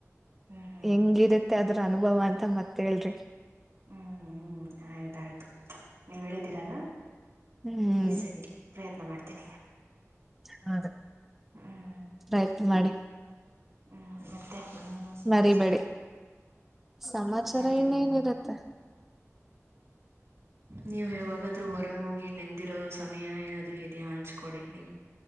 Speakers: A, on the right; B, in the centre.
A: ಹ್ಮ್ ಹ್ಮ್
B: ಹೆಂಗಿರುತ್ತೆ ಅದ್ರ. ಅನುಭವ ಅಂತ ಮತ್ ಹೇಳ್ರಿ.
A: ಹ್ಮ್ ಹ್ಮ್ ಆಯ್ತಾಯ್ತು ನೀವ್ ಹೇಳಿದ್ದೀರ ಅಲ.
B: ಹ್ಮ್
A: ಈ ಸರಿ ಪ್ರಯತ್ನ ಮಾಡ್ತೀನಿ.
B: ಹೌದು
A: ಹ್ಮ್
B: ಪ್ರಯತ್ನ ಮಾಡಿ.
A: ಹ್ಮ್ ಮತ್ತೆ. ಏನು ಸಮಾಚಾರ
B: ಮರಿಬೇಡಿ ಸಮಾಚಾರ
A: ಮರಿಯಲ್ಲ
B: ಇನ್ನೇನಿರುತ್ತೆ
A: ಮರಿಯಲ್ಲ. ನೀವ್ ಯಾವಾಗಾದ್ರೂ ಹೋರಾಗೋಗಿ ನೇಮ್. ಸಮಯ ಏನಾದ್ರು ಇದಿಯಾ ಹಂಚ್ಕೊಳ್ಳಿ ನೀವ್.